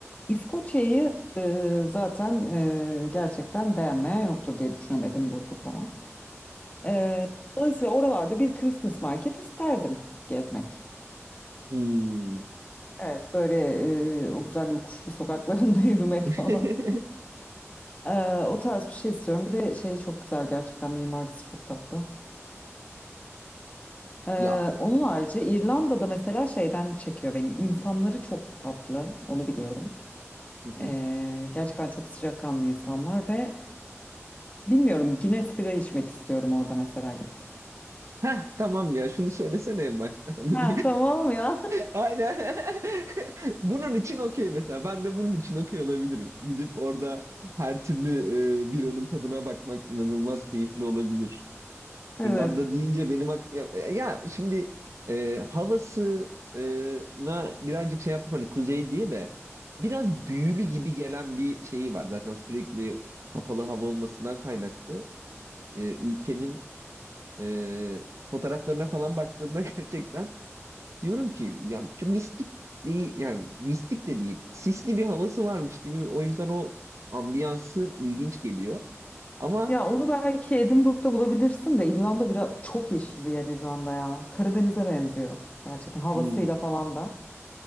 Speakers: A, on the left (about 30°); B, on the right (about 75°).
A: İskoçya'yı e, zaten e, gerçekten beğenmeyen yoktur diye düşünüyorum Edinburgh'u falan. Ee, dolayısıyla oralarda bir Christmas market isterdim gezmek.
B: Hmm.
A: Evet, böyle e, o güzel yokuşlu sokaklarında <laughs> yürümek
B: <laughs>
A: falan. Ee, o tarz bir şey istiyorum. Bir de şey çok güzel gerçekten mimarisi çok tatlı. Ee,
B: Ya.
A: onun harici İrlanda'da mesela şeyden çekiyor beni. İnsanları çok tatlı, onu biliyorum.
B: Hı hı.
A: Ee, gerçekten çok sıcakkanlı insanlar ve bilmiyorum Guinness bira içmek istiyorum orada mesela gidip.
B: Heh, tamam ya şunu söylesene en baştan <laughs>
A: Ha, tamam ya.
B: Aynen. <laughs> Bunun için okey mesela. Ben de bunun için okey olabilirim. Gidip orada her türlü e, biranın tadına bakmak inanılmaz keyifli olabilir.
A: <laughs> Evet.
B: İrlanda deyince benim aklıma... Ya ya şimdi e, havası e, na birazcık şey yaptım hani kuzey diye de biraz büyülü gibi gelen bir şeyi var. Zaten sürekli kapalı hava olmasından kaynaklı. E, ülkenin e, fotoğraflarına falan baktığımda <laughs> gerçekten diyorum ki ya şu mistik bir yani mistik de değil sisli bir havası varmış gibi o yüzden o ambiyansı ilginç geliyor ama
A: Ya onu belki Edinburgh'da bulabilirsin de İrlanda biraz çok yeşil bir yer İrlanda ya. Karadeniz'e benziyor gerçekten havasıyla
B: hmm,
A: falan da.